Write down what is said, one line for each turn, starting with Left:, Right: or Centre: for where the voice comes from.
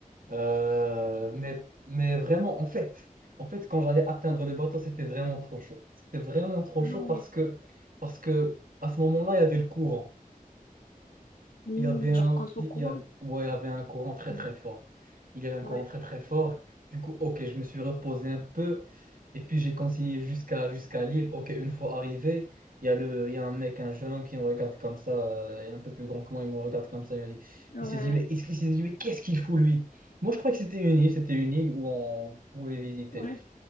Right: Euh, mais, mais vraiment, en fait, en fait, quand j'allais atteindre le bateau, c'était vraiment trop chaud. C'était vraiment trop
Left: Ah
Right: chaud
Left: ouais.
Right: parce que, parce que à ce moment-là, il y avait le courant.
Left: Mhm,
Right: Il y avait un,
Left: Genre contre-courant.
Right: il y a- ouais, il y avait un courant très
Left: Mhm.
Right: très fort. Il y avait un
Left: Ouais,
Right: courant très très fort. Du coup, ok, je me suis reposé un peu. Et puis j'ai continué jusqu'à jusqu'à Lille. Ok, une fois arrivé, il y a le, il y a un mec, un jeune homme qui me regarde comme ça, euh, il est un peu plus grand que moi, il me regarde comme ça. Il me dit,
Left: ouais,
Right: il se dit, mais, il se il se dit, mais qu'est-ce qu'il fout lui? Moi, je crois que c'était une île, c'était une île où on pouvait visiter
Left: ouais,